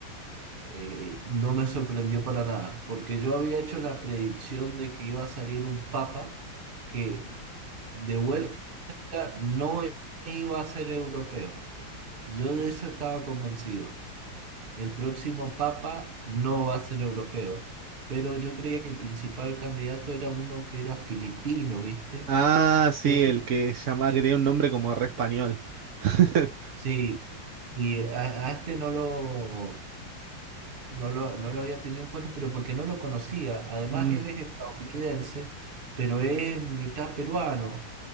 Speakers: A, on the right; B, on the right.
A: eh, no me sorprendió para nada, porque yo había hecho la predicción de que iba a salir un papa que de vuelta no iba a ser europeo. Yo de eso estaba convencido. El próximo papa no va a ser europeo, pero yo creía que el principal candidato era uno que era filipino, ¿viste?
B: ah, sí,
A: Y a este,
B: el que se llamaba, que tenía un nombre como re español. <laughs>
A: sí, y a, a este no lo, no lo, no lo había tenido en cuenta, pero porque no lo conocía. Además,
B: Mm,
A: él es estadounidense, pero es mitad peruano,